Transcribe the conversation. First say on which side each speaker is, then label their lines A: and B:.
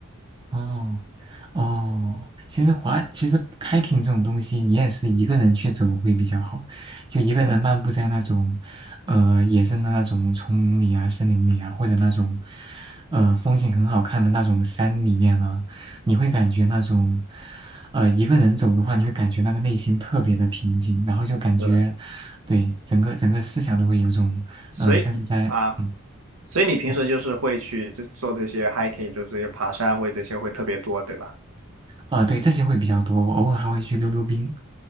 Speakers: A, on the right; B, on the right.
A: 哦哦，其实滑，其实 hiking 这种东西，你也是一个人去走会比较好，就一个人漫步在那种，呃，野生的那种丛林里啊、森林里啊，或者那种，呃，风景很好看的那种山里面啊，你会感觉那种，呃，一个人走的话，你会感觉那个内心特别的平静，然后就感觉，
B: 是的，
A: 对，整个整个思想都会有种，
B: 所以啊。
A: 呃，像是在，嗯，
B: 所以你平时就是会去这做这些
A: 哦，
B: hiking，就是这些爬山会这些会特别多，对吧？
A: 呃，对，这些会比较多，我偶尔还会去溜溜冰。